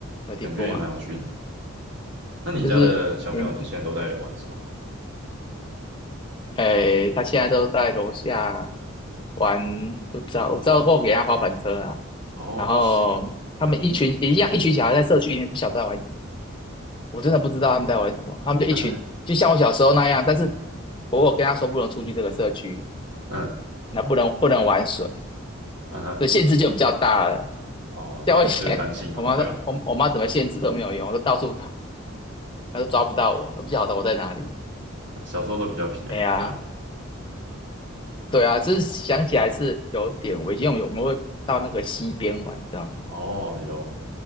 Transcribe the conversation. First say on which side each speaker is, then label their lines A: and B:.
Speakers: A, on the left (about 25°); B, on the right (about 55°).
A: 有听过吗？
B: 感觉也蛮有趣的。那你家的小朋友都现在都在玩什么啊？
A: 就是诶诶，他现在都在楼下玩，我知道我知道我给他滑板车啊，
B: 哦，
A: 然后他们一群也一样，
B: 是嗯
A: 一群小孩在社区里面不晓得在玩什么，我真的不知道他们在玩什么，他们就一群就像我小时候那样，
B: <laughs>
A: 但是我我跟他说不能出去这个社区，
B: 嗯嗯
A: 那不能不能玩水，
B: 嗯
A: 所以限制就比较大了。
B: 哦，
A: 教危前，
B: 还是会担心嘛，
A: 我妈说，
B: 对啊，
A: 我我妈怎么限制都没有用，我都到处跑，她都抓不到我，不晓得我在哪里。
B: 小时候都比较皮啊，
A: 哎呀，
B: 对啊，
A: 对啊，就是想起来是有点危险，因为我们会到那个溪边玩，你知道吗？
B: 哦，有，